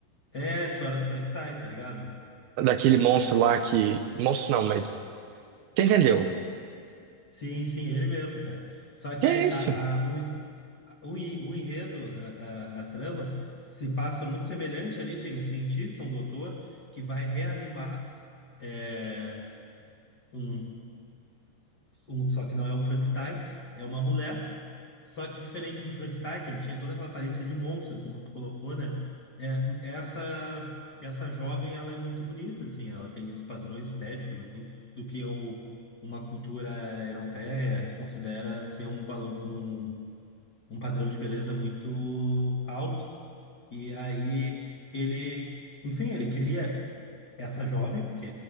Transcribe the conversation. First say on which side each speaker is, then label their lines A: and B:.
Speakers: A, on the left; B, on the right.
A: é a história do Frankenstein, tá ligado?
B: daquele monstro lá que. Monstro não, mas. Você entendeu?
A: Sim, sim, ele mesmo, cara. Só que
B: Que
A: a,
B: é isso?
A: a, a- o O, en- o enredo, a, a, a trama, se passa muito semelhante ali. Tem um cientista, um doutor, que vai reanimar é, um, um. Só que não é um Frankenstein, é uma mulher. Só que diferente do Frankenstein, que ele tinha toda aquela aparência de monstro, como tu colocou, né? É, essa, essa jovem, ela é muito bonita, assim. Ela tem os padrões estéticos, assim, do que o, uma cultura europeia considera ser um balão. um um padrão de beleza muito alto. E aí ele, enfim, ele cria essa jovem, porque,